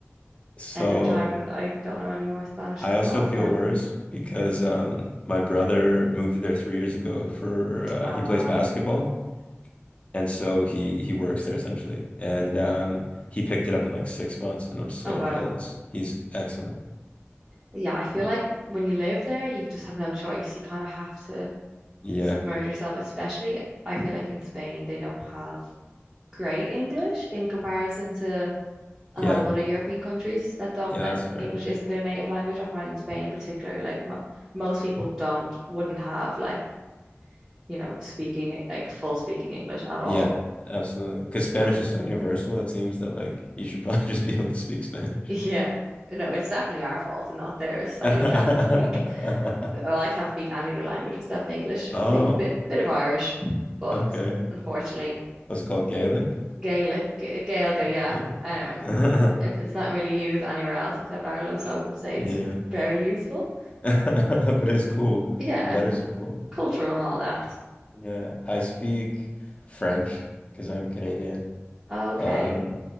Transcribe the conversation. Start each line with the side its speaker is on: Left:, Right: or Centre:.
Left: So
Right: every time I don't know any more Spanish
Left: I
Right: since
Left: also
Right: the last
Left: feel
Right: time.
Left: worse because um my brother moved there three years ago for uh,
Right: Uh,
Left: he plays basketball and so he he works there essentially and um he picked it up in like six months and I'm so
Right: oh well.
Left: jealous. He's excellent.
Right: Yeah, I feel like when you live there, you just have no choice. You kind of have to
Left: Yeah.
Right: submerge yourself, especially I feel like in Spain, they don't have great English in comparison to a
Left: Yeah.
Right: lot of other European countries that don't
Left: Yeah,
Right: that
Left: that's fair.
Right: English isn't their native language. I find in Spain in particular, like mo most people don't wouldn't have like you know speaking like full speaking English at all.
Left: Yeah, absolutely. Because Spanish
Right: So
Left: is so universal, it seems that like you should probably <laughs> just be able to speak Spanish.
Right: <laughs> yeah. No, it's definitely our fault and not theirs that
Left: <laughs>
Right: we can't speak. Well, I can't speak any other language except English. I
Left: Oh,
Right: can speak a bit bit of Irish, but
Left: okay.
Right: unfortunately,
Left: What's it called? Gaelic?
Right: Gaelic, G- Gaelga, yeah.
Left: Yeah.
Right: Um,
Left: <laughs>
Right: it's it's not really used anywhere else except Ireland, so I wouldn't say it's
Left: Yeah.
Right: very useful.
Left: <laughs> But it's cool.
Right: Yeah,
Left: The letters are cool.
Right: cultural and all that.
Left: Yeah. I speak French because I'm Canadian.
Right: Okay.
Left: Um,